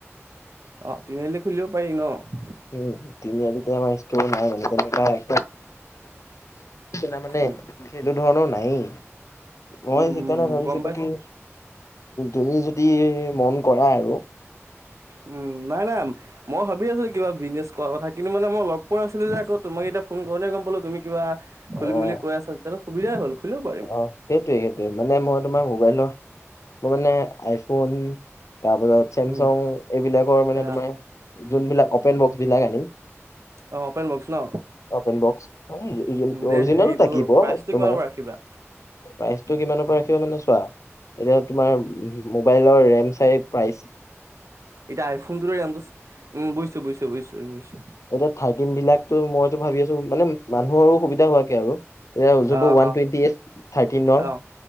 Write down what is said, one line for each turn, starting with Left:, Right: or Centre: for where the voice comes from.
Right: অঁ, তিনিআলিত খুলিব পাৰি ন'।
Left: উম, নি <inaudible> আজিতে আমাৰ ষ্টু <inaudible> নাই মানে তেনে কাই না মানে
Right: উম,
Left: সেইটো ধৰণৰ নাইয়ে। মই
Right: উম,
Left: সেইকাৰণে
Right: উম,
Left: ভাবিছিলোঁ
Right: গম পাইছো।
Left: কি, তুমি যদি মন কৰা আৰু।
Right: উম, নাই নাই মই ভাবি আছিলো কিবা বিজনেছ কৰা কথা কিন্তু, মানে মই লগ পোৱা নাছিলোঁ যে তোমাক এতিয়া ফোন কৰোঁতেহে গম পালোঁ তুমি কিবা খুলিম
Left: অ',
Right: বুলি কৈ আছে তেতিাহলে <inaudible> সুবিধাই হ'ল খুলিবও পাৰ
Left: অ', সেইটোৱে সেইটোৱে মানে মই তোমাৰ মোবাইলৰ মোৰ মানে আইফোন, তাৰপাছত চেমচাং
Right: উম,
Left: এইবিলাকৰ মানে
Right: আহ
Left: তোমাৰ যোনবিলাক অপেন বক্স বিলাক আনিম
Right: অ', অপেন বক্স ন?
Left: অপেন বক্স
Right: উম, দে
Left: অৰিজিনেলো
Right: হেৰি তোৰ
Left: থাকিব
Right: প্ৰাইচটো
Left: তোমাৰ
Right: কিমানৰ পৰা ৰাখিবা?
Left: প্ৰাইজ টো কিমানৰ পৰা? ক মানে চোৱা এতিয়া তোমাৰ মোবাইলৰ ৰেম চাই প্ৰাইজ
Right: এতিয়া আই ফোন দৰে যাম <inaudible> উম, বুজিছোঁ বুজিছোঁ বুজিছোঁ
Left: এতিয়া ঠাইটিন বিলাকটো মইটো ভাবি আছোঁ মানে মানুহৰো সুবিধা হোৱাকে আৰু। এয়া যোনটো
Right: অ'
Left: ওৱান
Right: অ'
Left: টুৱেণ্টি এইট থাৰ্টিনৰ
Right: অ'।